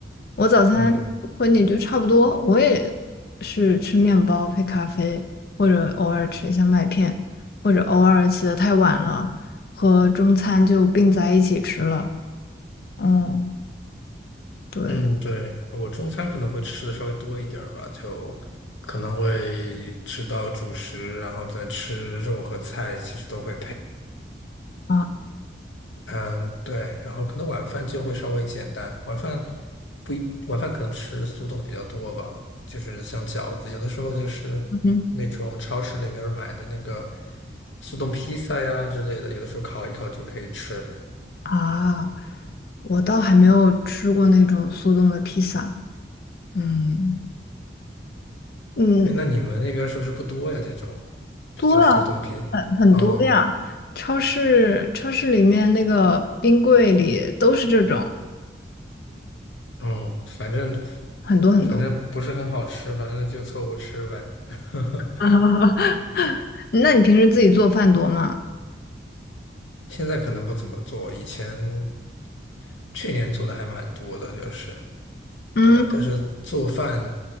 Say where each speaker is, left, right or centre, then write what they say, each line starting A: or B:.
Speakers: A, on the left; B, on the left.
A: 我早餐和你就差不多，
B: 嗯
A: 我也是吃面包配咖啡，或者偶尔吃一下麦片，或者偶尔起的太晚了，和中餐就并在一起吃了。嗯，对
B: 嗯，对，我中餐可能会吃的稍微多一点儿吧，就可能会吃到主食，然后再吃肉和菜，其实都会配。
A: 啊，
B: 嗯，对，然后可能晚饭就会稍微简单，晚饭不一，晚饭可能吃速冻的比较多吧，就是像饺子，有的时候就是
A: 嗯
B: 那种超市里面儿买的那个速冻披萨呀之类的，有的时候烤一烤就可以吃。
A: 啊，我倒还没有吃过那种速冻的披萨。嗯嗯，
B: 哎，那你们那边儿是不是不多呀？这种
A: 多啊，
B: 叫速冻披，
A: 很很多呀。
B: 嗯
A: 超市超市里面那个冰柜里都是这种，
B: 嗯，反正
A: 很多很多。
B: 反正不是很好吃，反正就凑合吃呗。<laughs>
A: <laughs> 那你平时自己做饭多吗？
B: 现在可能不怎么做，以前去年做的还蛮多的，就是
A: 嗯
B: 对，但是做饭